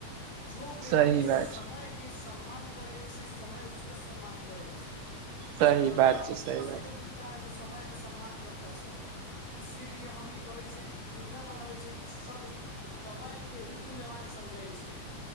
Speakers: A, on the left; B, on the right.
A: जो व्यक्ति
B: सही
A: समय
B: बात छै
A: के सम्मान करै छै समय उसका सम्मान करै छै
B: सही
A: सफलता
B: बात
A: अक्षर
B: छै सही
A: उसी
B: बात
A: को मिलता है जस समय के सम्मान करता छै इसीलिए हम ई कहै छै कि योजना बनाबै छै कि सब समय के ही मूल्यवान समझै छै